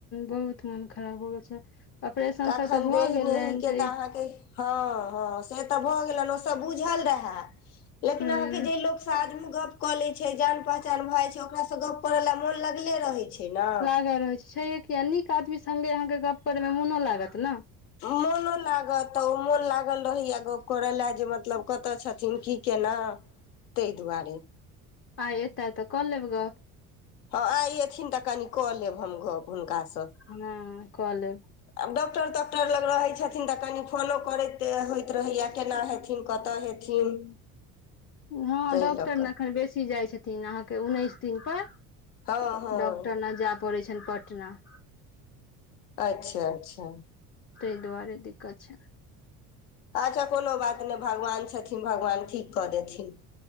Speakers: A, on the left (about 30°); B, on the left (about 80°).
A: बहुत मोन खराब हो गेल छै ऑपरेशन
B: एखन
A: सब तऽ भऽ
B: देह
A: गेलनि
B: नेहीके
A: तऽ
B: अहाँके
A: ई
B: हँ हँ से तऽ भऽ गेलन ओ सब बुझल रहे लेकिन
A: हूँ
B: अहाँके जे लोक सझमे गप कऽ ले छै जान पहचान भए जा छै ओकरा गप करै ला मोन लगले रहै छैय ने।
A: <unintelligible> छैये <unintelligible> <unintelligible> नीक आदमी संगे अहाँके गप करे में मोनो लागत ने।
B: मोनो लागत तऽ ओ मोन लागल रहैया गप्प करय ला जे मतलब कत छथिन की केना ताहि दुआरे।
A: आय एतय तऽ क लेब गप।
B: हँ आय एथिन तऽ कनि कऽ लेब हम गप हुनकासँ।
A: हँ क लेब।
B: आब डॉक्टर तॉक्टर लग रहे छथिन तऽ कनी फोनो करैत होयइत रहैया केना हेत हेथिन कतऽ हेथिन
A: हँ
B: ताहि
A: डॉक्टर
B: लऽ
A: ने
B: कऽ
A: एखन बेसी जाइ छथिन अहाँके उन्नैस दिन पर।
B: हँ हँ
A: डॉक्टर नऽ जाय पड़ै छैन पटना
B: अच्छा अच्छा
A: ताहि दुआरे दिक्कत छै
B: अच्छा कोनो बात नहि भगवान छथिन भगवान ठीक कऽ देथिन